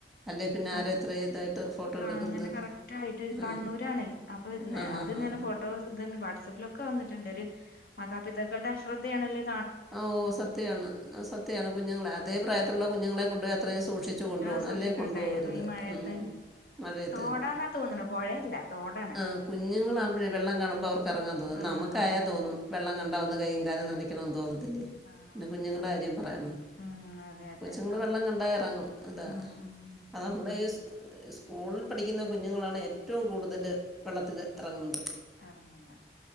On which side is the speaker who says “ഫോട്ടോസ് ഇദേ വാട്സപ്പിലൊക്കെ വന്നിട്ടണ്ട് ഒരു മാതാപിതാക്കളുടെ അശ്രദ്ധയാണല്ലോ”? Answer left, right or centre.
Left